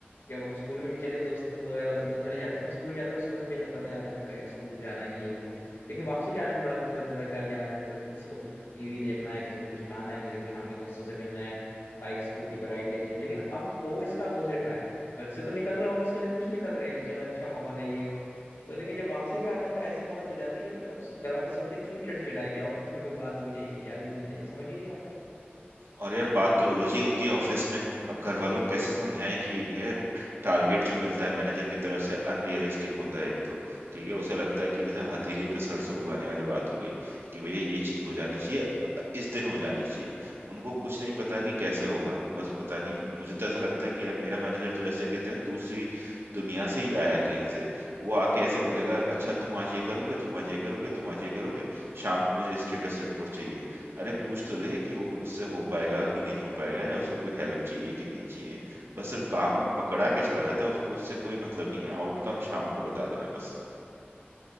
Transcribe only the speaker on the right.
और यार बात तो रोज ही होती है ऑफिस में अब घर वालों को कैसे समझाएं कि भैया टारगेट जो मिलता है मैनेजर की तरफ से अनरियलिस्टिक होता है एक तो ठीक है उसे लगता है कि जैसे हथेली पे सरसों
उगाने वाली बात हो गई कि भैया ये चीज हो जानी चाहिए इस दिन हो जानी चाहिए उनको कुछ नहीं पता कि कैसे होगा बस
पता
नहीं मुझे तो ऐसा लगता है कि यार मेरा मैनेजर तो जैसे कहते हैं दूसरी दुनिया से ही आया है कहीं से वो आके ऐसे बोलेगा अच्छा तुम आज ये करोगे तुम आज ये करोगे तुम आज ये करोगे शाम को मुझे स्टेटस रिपोर्ट चाहिए अरे पूछ तो ले कि वो उससे हो पाएगा कि नहीं हो पाएगा या उसको कोई हेल्प चाहिए कि नहीं चाहिए बस सिर्फ काम पकड़ा के चला जाता है उसको उससे कोई मतलब नहीं है आउटकम शाम को बता देना बस